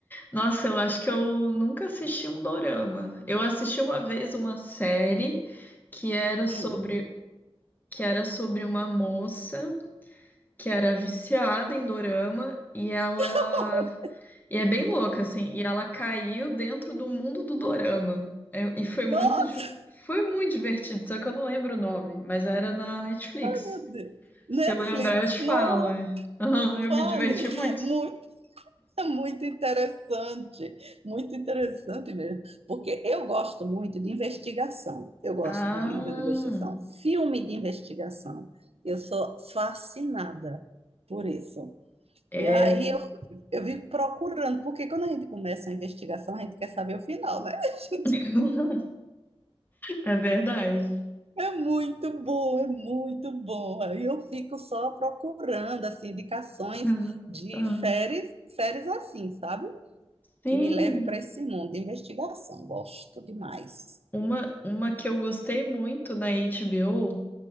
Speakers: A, on the left (about 20°); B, on the right (about 75°).
A: Nossa, eu acho que eu nunca assisti um dorama. Eu assisti uma vez uma série que era sobre.
B: Hum.
A: Que era sobre uma moça. que era viciada em dorama e ela
B: <laughs>
A: e é bem louca assim, e ela caiu dentro do mundo do dorama. É, e foi
B: Nossa,
A: muito di- foi muito divertido, só que eu não lembro o nome, mas era na Netflix.
B: meu Deus. Netflix,
A: Se eu lembrar, eu te
B: não,
A: falo. é. <laughs> Eu
B: fale.
A: me diverti muito.
B: Muito <laughs> Muito interessante, muito interessante mesmo, porque eu gosto muito de investigação, eu gosto
A: Ah,
B: de livro de investigação, filme de investigação, eu sou fascinada por isso.
A: é,
B: E aí eu, eu vivo procurando, porque quando a gente começa a investigação, a gente quer saber o final, né? <laughs>
A: <laughs> é verdade.
B: A gente é muito bom, é muito bom. Aí eu fico só procurando, assim, indicações
A: <laughs>
B: de
A: Aham.
B: séries, séries assim, sabe?
A: Sim,
B: que me leve para esse mundo de investigação. Gosto demais.
A: uma, uma que eu gostei muito na HBO